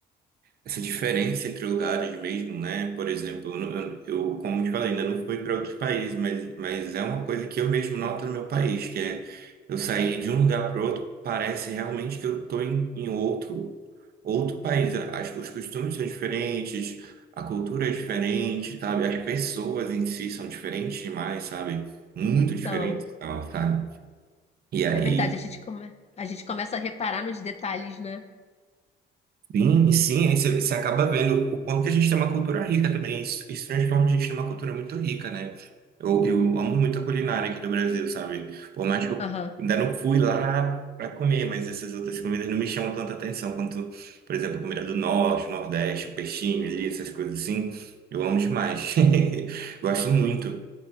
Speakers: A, on the right; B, on the left.
A: essa diferença entre lugares mesmo, né? Por exemplo, eu, não- eu, como te falei, ainda não fui para outros países, mas, mas é uma coisa que eu mesmo noto no meu país, que é eu sair de um lugar para outro, parece realmente que eu estou em, em outro, outro país. As, os costumes são diferentes, a cultura é diferente, sabe? As pessoas em si são diferentes demais, sabe? Muito diferentes,
B: Então,
A: e tal, sabe? E aí
B: é verdade, a gente come... a gente começa a reparar nos detalhes, né?
A: Sim, sim, aí você, você acaba vendo o quanto que a gente tem uma cultura rica também. Isso, isso transforma a gente numa cultura muito rica, né? Eu, eu amo muito a culinária aqui do Brasil, sabe? Por mais que eu
B: Aham.
A: ainda não fui lá para comer, mas essas outras comidas não me chamam tanta atenção quanto, por exemplo, a comida do Norte, Nordeste, o peixinho ali, essas coisas assim. Eu amo demais. <laughs> Gosto muito.